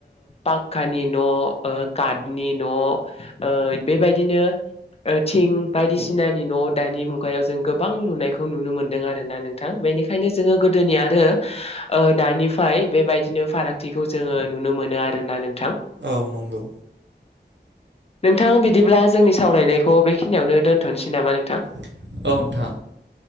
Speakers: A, on the left; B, on the right.
A: पाक्कानि न' काटनि न' बेबायदिनो थिं बायदिसिनानि न' दानि मुगायाव जों गोबां लुनायखौ नुनो मोनदों आरोना नोंथां बेनिखायनो ओंखायनो जोङो गोदोनि आरो दानिफ्राय बेबायदिनो फारागथिखौ जोङो नुनो मोनो आरोना नोंथां
B: औ नंगौ
A: नोंथां बिदिब्ला जोंनि सावरायनायखौ बेखिनियावनो दोन्थ'नोसै नामा नों
B: औ नोंथां